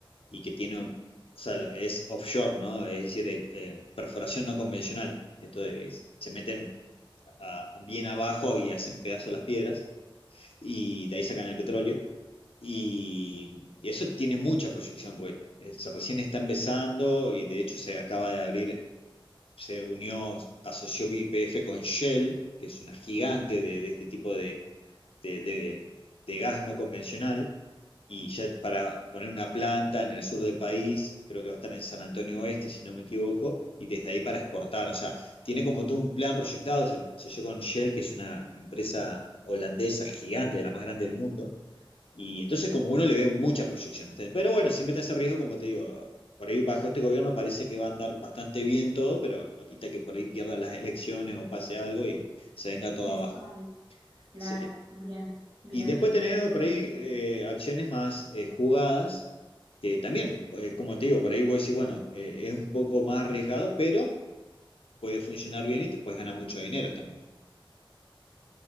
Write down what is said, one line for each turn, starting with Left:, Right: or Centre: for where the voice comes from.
Left: y que tiene, o sea, lo- es offshore, ¿no? Es decir, eh, eh, perforación no convencional. Esto de que se meten a- a- bien abajo y hacen pedazos las piedras y de ahí sacan el petróleo. Y, y eso tiene mucha proyección porque eh, se recién está empezando y de hecho se acaba de abrir se unió, asoció YPF con Shell, que es una gigante de, de este tipo de, de, de- de gas no convencional, y ya para poner una planta en el sur del país, creo que va a estar en San Antonio Oeste, si no me equivoco, y desde ahí para exportar, o sea, tiene como todo un plan proyectado, se asoció con Shell, que es una empresa holandesa gigante, de la más grande del mundo, y entonces como uno le ve mucha proyección. ¿viste? Pero bueno, siempre está ese riesgo, como te digo, por ahí bajo este gobierno parece que va a andar bastante bien todo, pero no quita que por ahí pierda las elecciones o pase algo y se venga todo
Right: Y
Left: abajo.
Right: eso cambia. Claro,
Left: Sí.
Right: bien, bien,
Left: Y después
Right: bien, bien.
Left: tenemos
Right: Bueno,
Left: por ahí
Right: bien.
Left: eh, acciones más eh, jugadas, que también, eh, como te digo, por ahí vos decís, bueno, eh, es un poco más arriesgado, pero puede funcionar bien y te puedes ganar mucho dinero también.